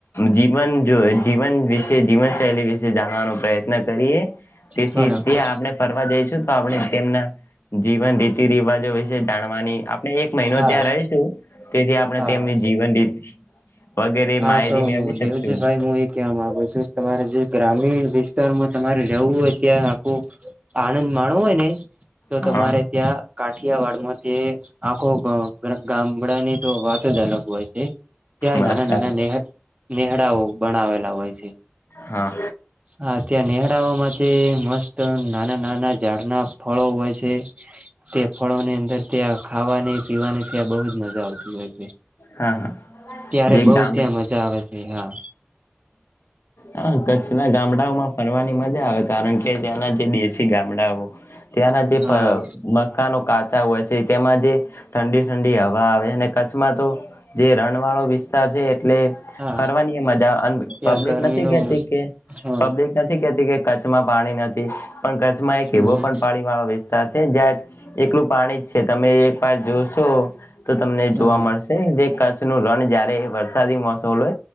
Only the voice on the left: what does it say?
જીવન જો જીવન વિશે જીવનશૈલી વિશે જાણવાનો પ્રયત્ન ના કરીએ તેથી
જે આપણે ફરવા જઈશું તો આપણે તેમના જીવન રીતિ રિવાજો વિશે જાણવાની એક મહિનો
ત્યાં રહીશું તેથી આપણે
તેમની જીવન રીત વગેરે
માહિતી
મેળવી શકશું
હા
વાત
સારી.
હા
હા હા
જે
ગામડા
હા ક કચ્છના ગામડાઓમાં ફરવાની મજા આવે કારણ કે ત્યાંના કે દેશી ગામડાઓ ત્યાંના જે
મકાનો કાચા હોય તેમાં જે ઠંડી ઠંડી હવા આવે અને જે રણવાળો વિસ્તાર છે એ એટલે
ફરવાની એ મજા
પબ્લિક
નથી કેતી કે
પબ્લિક નથી કેતી કે કચ્છમાં પાણી નથી પણ કચ્છમાં એક
એવો પણ પાણી વાળો વિસ્તાર છે જ્યાં એકલું પાણી જ છે તમે એક વાર જોશો તો તમને
જોવા મળશે જે કચ્છનું રણ જયારે વરસાદી મોસમ લય